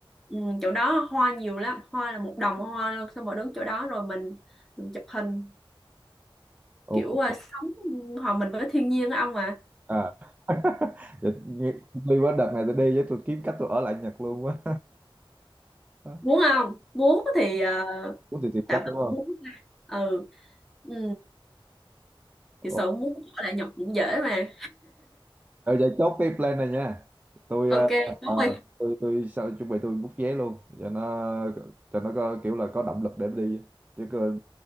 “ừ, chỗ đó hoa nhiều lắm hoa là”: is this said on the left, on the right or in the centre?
Centre